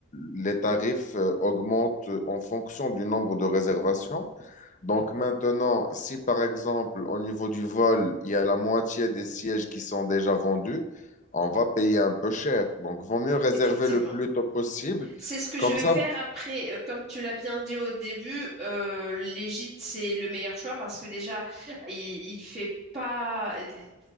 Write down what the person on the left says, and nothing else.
les tarifs euh, augmentent euh, en fonction du nombre de réservations. Donc maintenant, si par exemple, au niveau du vol, il y a la moitié des sièges qui sont déjà vendus, on va payer un peu cher. Donc, vaut mieux réserver
le plus tôt possible.
Comme
ça,
vous-